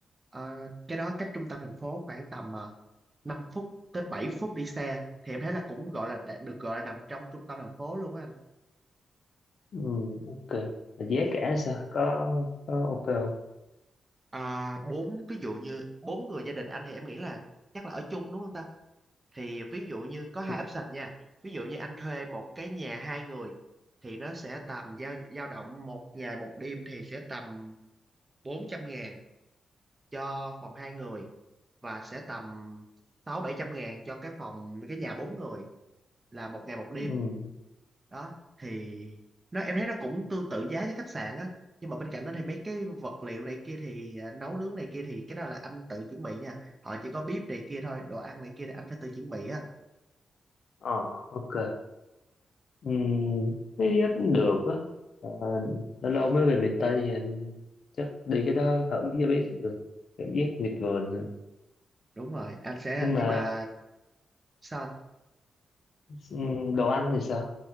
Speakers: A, on the right; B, on the left.
A: Ờ, cái đó cách trung tâm thành phố khoảng tầm uh, 5 phút tới 7 phút đi xe thì em thấy là cũng gọi là đã- được gọi là nằm trong trung tâm thành phố luôn á anh
B: ừ ok là giá cả sao có có ok không
A: à, bốn ví dụ như bốn người gia đình anh thì em nghĩ là chắc là ở chung đúng không ta thì ví dụ như có hai
B: ừ
A: option nha ví dụ như anh thuê một cái nhà hai người thì nó sẽ tầm dao dao động một ngày một đêm thì sẽ tầm bốn trăm ngàn cho phòng hai người và sẽ tầm sáu bảy trăm ngàn cho cái phòng cái nhà bốn người là một ngày một đêm
B: ừ.
A: đó thì nó em thấy nó cũng tương tự giá với khách sạn á nhưng mà bên cạnh đó thì mấy cái vật liệu này kia thì à, nấu nướng này kia thì cái đó là anh tự chuẩn bị nha họ chỉ có bếp này kia thôi đồ ăn này kia là anh phải tự chuẩn bị á
B: ờ ok ừ cái giá cũng được á Ờ, lâu lâu mới về miền Tây thì em chắc đi cái đó thử cho biết cũng được cảm giác miệt vườn hả?
A: đúng rồi anh sẽ
B: nhưng mà
A: nhưng mà sao anh?
B: Ừ, đồ ăn thì sao